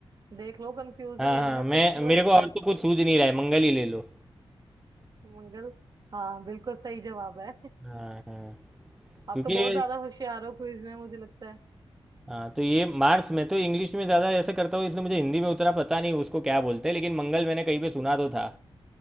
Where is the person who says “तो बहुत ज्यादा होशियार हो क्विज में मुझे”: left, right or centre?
Right